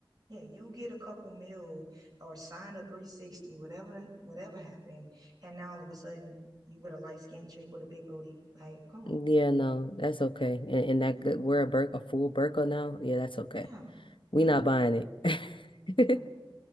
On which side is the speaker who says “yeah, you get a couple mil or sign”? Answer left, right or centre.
Right